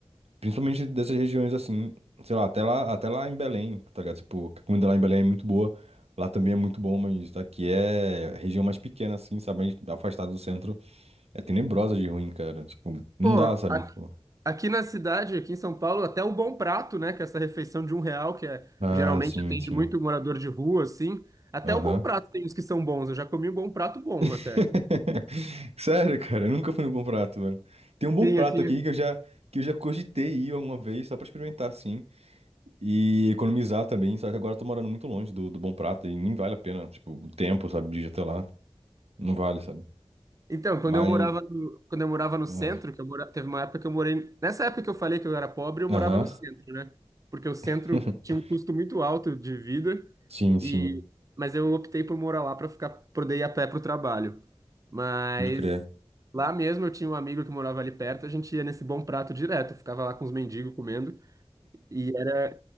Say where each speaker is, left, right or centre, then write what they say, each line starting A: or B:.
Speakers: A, on the right; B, on the right.
A: Principalmente dessas regiões, assim, sei lá, até lá, até lá em Belém, tá ligado? Tipo, a comida lá em Belém é muito boa. Lá também é muito bom, mas daqui é região mais pequena, assim, sabe? Mais Afastada do centro. É tenebrosa de ruim, cara. Tipo, não
B: Pô,
A: dá, sabe?
B: a-
A: Tipo,
B: Aqui na cidade, aqui em São Paulo, até o Bom Prato, né, que é essa refeição de um real, que é,
A: Ah,
B: geralmente
A: sim,
B: atende
A: sim.
B: muito morador de rua, assim. Até
A: Aham.
B: o Bom Prato tem uns que são bons. Eu já comi um Bom Prato bom até.
A: <laughs> Sério, cara, eu nunca fui no Bom Prato, velho. Tem um bom
B: Sim,
A: prato
B: aqui.
A: aqui que eu já, que eu já cogitei ir alguma vez, só pra experimentar, assim, e economizar também, só que agora eu tô morando muito longe do, do Bom Prato e nem vale a pena, tipo, o tempo, sabe, de ir até lá, não vale, sabe?
B: Então, quando
A: Mas,
B: eu morava no, quando eu morava no centro,
A: ah,
B: que eu mora, teve uma época que eu morei. Nessa época que eu falei que eu era pobre, eu
A: aham,
B: morava no centro, né? Porque o centro
A: <laughs>
B: tinha um custo muito alto de vida,
A: Sim, sim,
B: e, mas eu optei por morar lá para ficar, poder ir a pé para o trabalho. Mas
A: pode crer.
B: lá mesmo eu tinha um amigo que morava ali perto, a gente ia nesse bom prato direto, ficava lá com os mendigos comendo, e era,